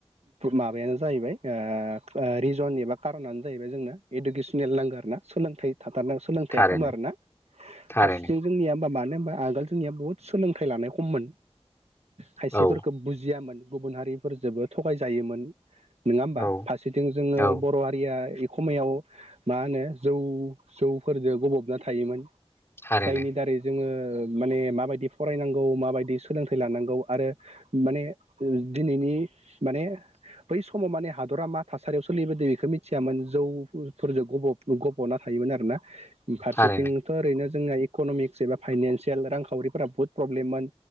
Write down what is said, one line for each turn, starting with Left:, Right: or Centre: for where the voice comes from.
Right: माबायो जाहैबाय ओ रिजन कारनानो जाहैबाय जोंनो इडुकेसनेल नांगौ आर ना सोलोंथाइ। थाथारनो सोलोंथाइया
Left: थारैनो
Right: खालामो आरोना
Left: थारैनो
Right: फारसेथिं जोंनिया मानो होनबा आगोल जोंनिया बुहुत सोलोंथाइ लानाया खममोन। खायसेफोरखौ
Left: औ
Right: बुजियामोन। गुबुन हारिफोरजोंबो थगायजायोमोन। नङा होमबा?
Left: औ
Right: फारसेथिं जोङो
Left: औ
Right: बर' हारिया एखमायाव मा होनो जौ जौफोरजों गबबना थायोमोन।
Left: थारैनो
Right: जायनि दारै जोङो माने माबायदि फरायनांगौ माबायदि सोलोंथाइ लानांगौ आरो माने दिनैनि माने बै समाव माने हादरा मा थासारियाव सोलिबोदों। मिथियामोन जौफोरजों गब गब'नानै थायोमोन आरोना फारसेथिंथ'
Left: थारैनो
Right: ओरैनो जोंना इकनमिक्स एबा फाइनानसियेल रांखावरिफोरा बुहुत प्रब्लेममोन